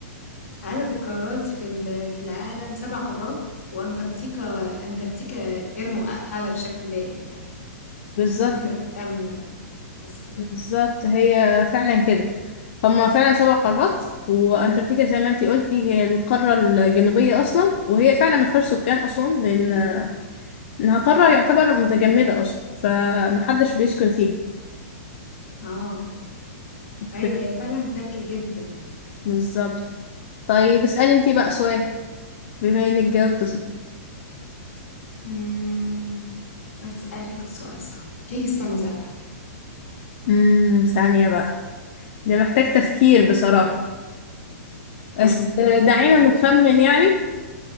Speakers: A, on the left; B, on the left.
A: عدد القارات في ال- في العالم سبع قارات وأنتاركتيكا أنتاركتيكا غير مؤهلة بشكل دائم يعني
B: بالظبط
A: كنت تبقى التامنة بس
B: بالظبط هي فعلا كده هما فعلا سبع قارات وانتاركتيكا زي ما انتي قلتي هي القارة الجنوبية اصلا وهي فعلا ما فيهاش سكان اصلا لان انها قارة يعتبر متجمدة اصلا فمحدش بيسكن فيها
A: اه
B: أوكي،
A: أيوة هي فعلا تلجي جدا
B: بالظبط طيب اسألي انتي بقى سؤال بما انك جاوبت صح
A: أمم، هسألك سؤال صعب ليه السما زرقاء
B: امم ثانية بقى ده محتاج تفكير بصراحة
A: إمم،
B: بس آه، دعينا نخمن يعني